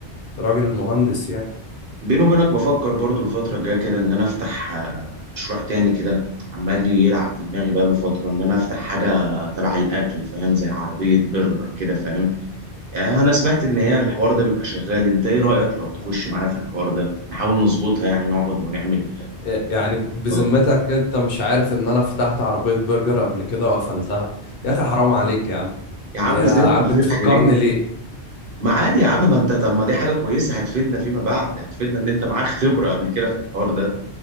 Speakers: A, on the left (about 60°); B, on the right (about 60°).
A: راجل مهندس يعني
B: بيني وبينك بفكر برضو الفترة الجاية كده إن أنا أفتح آه، مشروع تاني كده عمال لي يلعب في دماغي بقاله فترة إن أنا أفتح حاجة تبع الأكل فاهم زي عربية برجر كده فاهم آه، أنا سمعت إن هي الحوار ده بيبقى شغال أنت إيه رأيك لو تخش معايا في الحوار ده نحاول نظبطها يعني نقعد ونعمل
A: يعني بذمتك
B: آه.
A: انت مش عارف ان انا فتحت عربية برجر قبل كده وقفلتها يا اخي حرام عليك يا عم
B: يا عم
A: يا
B: إزاي التغيير
A: ع- بتفكرني
B: خير إيه
A: ليه
B: ما عادي يا عم ما أنت طب ما دي حاجة كويسة هتفيدنا فيما بعد هتفيدنا إن أنت معاك خبرة قبل كده في الحوار ده